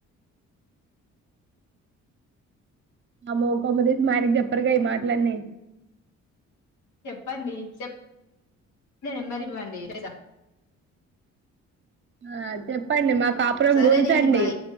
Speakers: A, on the right; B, on the left.
A: అమ్మో కొంపదీసి మా ఆయనకి చెప్పరుగా ఈ మాట్లాలన్ని
B: చెప్పండి చెప్ నెంబర్ ఇవ్వండి చేద్దాం
A: ఆ చెప్పండి మా కాపురం
B: సరేలేండి
A: గూల్చండి
B: బాయ్